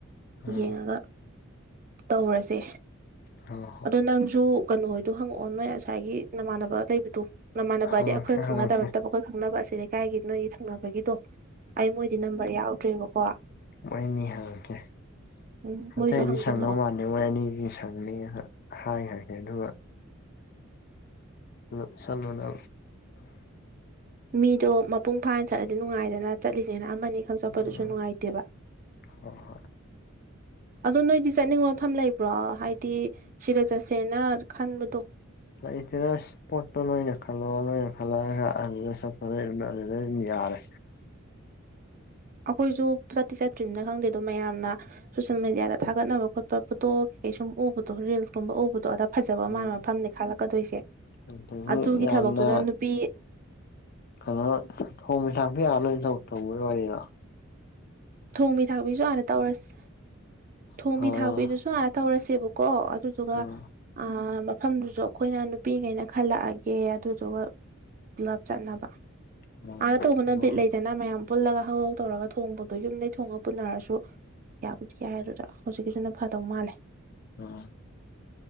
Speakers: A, on the left; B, on the right.
A: ꯎꯝ
B: ꯌꯦꯡꯉꯒ ꯇꯧꯔꯁꯦ
A: ꯍꯣꯏ ꯍꯣꯏ
B: ꯑꯗꯣ ꯅꯪꯁꯨ ꯀꯩꯅꯣꯍꯣꯏꯗꯣ ꯍꯪꯉꯛꯑꯣ ꯅꯣꯏ ꯉꯁꯥꯏꯒꯤ ꯅꯃꯥꯟꯅꯕ ꯂꯩꯕꯗꯣ ꯅꯃꯥꯟꯅꯕꯗꯤ
A: ꯍꯪꯉꯛꯀꯦ
B: ꯑꯩꯈꯣꯏꯒ
A: ꯍꯪꯉꯛꯀꯦ
B: ꯈꯪꯅꯗꯕ ꯅꯠꯇꯕ ꯑꯩꯈꯣꯏ ꯈꯪꯅꯕ ꯑ ꯑꯁꯤꯦ ꯂꯩꯀꯥꯏꯒꯤ ꯅꯣꯏꯒꯤ ꯈꯪꯅꯕꯒꯤꯗꯣ ꯑꯩ ꯃꯣꯏꯗꯤ ꯅꯝꯕꯔ ꯌꯥꯎꯗ꯭ꯔꯦꯕꯀꯣ
A: ꯋꯥꯣꯏꯅꯤ ꯍꯥꯏ ꯀꯦ
B: ꯎꯝ ꯃꯣꯏꯁꯨ
A: ꯑꯇꯩꯒꯤ
B: ꯍꯪꯖꯜꯂꯛꯑꯣ
A: ꯁꯪꯅꯕꯧ ꯃꯥꯥꯟꯅꯤ ꯍꯣꯏ ꯑꯅꯤꯒꯤ ꯁꯪꯅꯤ ꯍꯥꯏ ꯍꯥꯏꯦ ꯑꯗꯨꯒ ꯍ ꯁꯂꯨꯅ
B: ꯃꯤꯗꯣ ꯃꯄꯨꯡ ꯐꯥꯅ ꯆꯠꯂꯗꯤ ꯅꯨꯡꯉꯥꯏꯗꯅ ꯆꯠꯂꯤꯅꯤꯅ ꯃ ꯈꯪ ꯆꯄꯗꯨꯁꯨ
A: ꯎꯝ
B: ꯅꯨꯡꯉꯥꯏꯇꯦꯕ
A: ꯍꯣꯏ ꯍꯣꯏ
B: ꯑ ꯅ ꯆꯠꯅꯤꯡꯕ ꯃꯐꯝ ꯂꯩꯕ꯭ꯔꯣ ꯍꯥꯏꯗꯤ ꯁꯤꯗ ꯆꯠꯁꯦꯅ ꯈꯟꯕꯗꯣ
A: ꯏ ꯏꯁ ꯄꯠ ꯅꯣꯏ ꯅꯈ ꯅꯈ ꯆ ꯌꯥꯔꯦ
B: <inaudible> ꯑꯩꯈꯣꯏꯁꯨ ꯆꯠꯇꯤ ꯆꯠꯇ꯭ꯔꯤꯝꯅ ꯈꯪꯗꯦ ꯑꯗꯣ ꯃꯌꯥꯝꯅ ꯁꯣꯁꯦꯜ ꯃꯦꯗꯤꯌꯥꯗ ꯊꯥꯒꯠꯅꯕ ꯈꯣꯠꯄ ꯄꯣꯇꯣ ꯀꯩ ꯁꯨꯝ ꯎꯕꯗꯣ ꯔꯤꯜꯁꯀꯨꯝꯕ ꯎꯕꯗꯣ ꯑꯗ ꯐꯖꯕ
A: ꯎꯝ
B: ꯃꯥꯟꯕ ꯃꯐꯝꯅꯦ ꯈꯜꯂꯛꯀꯗꯣꯏꯁꯦ
A: ꯑꯗꯨꯗꯒꯤ
B: ꯑꯗꯨꯒꯤ
A: ꯌꯥꯝꯅ
B: ꯊꯕꯛꯇꯨꯗ ꯅꯨꯄꯤ
A: ꯀꯩꯅꯣ ꯊꯣꯡꯃꯤ ꯊꯥꯛꯄ ꯌꯥꯔ ꯂꯣꯏ ꯇꯧꯕꯒꯤ ꯋꯥꯔꯤꯗ
B: ꯊꯣꯡꯕꯤ ꯊꯥꯛꯄꯤꯁꯨ ꯍꯥꯟꯅ ꯇꯧꯔꯁ ꯊꯣꯡꯝꯕꯤ
A: ꯑꯣ
B: ꯊꯥꯛꯄꯤꯗꯨꯁꯨ ꯍꯥꯟꯅ ꯇꯧꯔꯁꯦꯕꯀꯣ ꯀꯣ ꯑꯗꯨꯗꯨꯒ
A: ꯎꯝ
B: ꯃꯐꯝꯗꯨꯁꯨ ꯑꯩꯈꯣꯏꯅ ꯅꯨꯄꯤꯉꯩꯅ ꯈꯜꯂꯛꯑꯒꯦ ꯑꯗꯨꯗꯨꯒ ꯄꯨꯂꯞ ꯆꯠꯅꯕ
A: ꯎꯝ
B: ꯑꯥꯅ
A: ꯍꯣꯏ
B: ꯇꯧꯕꯅ
A: ꯍꯣꯏ
B: ꯕꯤꯠ ꯂꯩꯗꯅ ꯃꯌꯥꯝ ꯄꯨꯜꯂꯒ ꯍꯍꯥꯎ ꯇꯧꯔꯒ ꯊꯣꯡꯕ ꯑꯗꯣ ꯌꯨꯝꯗꯩ ꯊꯣꯡꯉ ꯄꯨꯟꯅꯔꯁꯨ ꯌꯥꯕꯨꯗꯤ ꯌꯥꯏ ꯍꯥꯏꯔ ꯍꯧꯖꯤꯛꯀꯤꯁꯨꯅ ꯐꯗꯧ ꯃꯥꯜꯂꯦ
A: ꯎꯝ